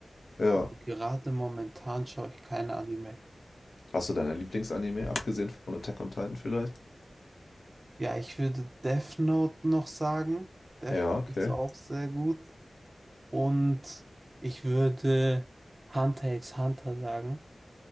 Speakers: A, on the left; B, on the right.
A: Ja.
B: Aber gerade momentan schaue ich keine Anime.
A: Hast du deine Lieblingsanime, abgesehen von Attack on Titan vielleicht?
B: Ja, ich würde Death Note noch sagen. Death
A: Ja,
B: Note
A: okay.
B: ist auch sehr gut. Und ich würde Hunter x Hunter sagen.